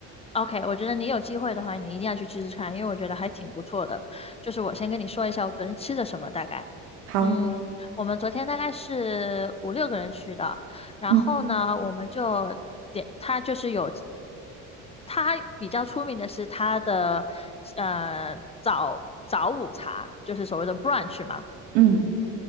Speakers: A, on the left (about 20°); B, on the right (about 80°).
A: OK，我觉得你有机会的话，你一定要去吃吃看，因为我觉得还挺不错的。就是我先跟你说一下我昨天吃的什么，大概。
B: 好，
A: 嗯，我们昨天大概是五六个人去的，然后呢，
B: 嗯
A: 我们就点，它就是有，它比较出名的是它的呃早早午茶，就是所谓的 brunch 嘛。
B: 嗯，